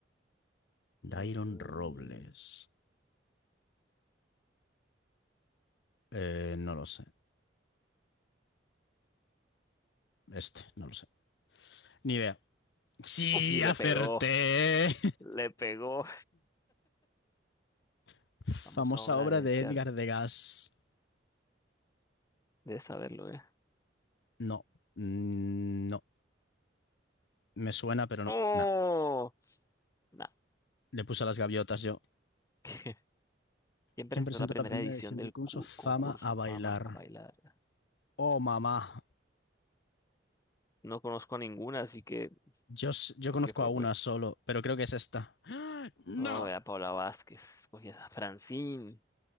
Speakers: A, on the left; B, on the left.
A: Mm,
B: Dairon Robles. Eh, no lo sé. Este, no lo sé. Ni idea. Sí,
A: uf, y le
B: acerté.
A: pegó. Le pegó.
B: <laughs>
A: Vamos
B: Famosa
A: a obra
B: obra
A: de
B: de
A: Edgar.
B: Edgar Degas.
A: Debes saberlo, ¿eh?
B: No, Mm, no. Me suena, pero no.
A: ¡Oh!
B: Nah.
A: Nah.
B: Le puse a las gaviotas yo.
A: <laughs> ¿Quién
B: ¿Quién
A: presentó
B: presentó
A: la primera
B: la primera
A: edición
B: edición
A: del
B: del concurso
A: cu-
B: Fama
A: concurso
B: a bailar?
A: Fama a bailar?
B: Oh, mamá.
A: No conozco a ninguna, así que
B: Yo, s- yo
A: lo
B: conozco
A: que fue
B: a una
A: fue.
B: solo, pero creo que es esta. ¡Ah! ¡No!
A: Oh, a Paula Vázquez, escogí a <laughs> Francine.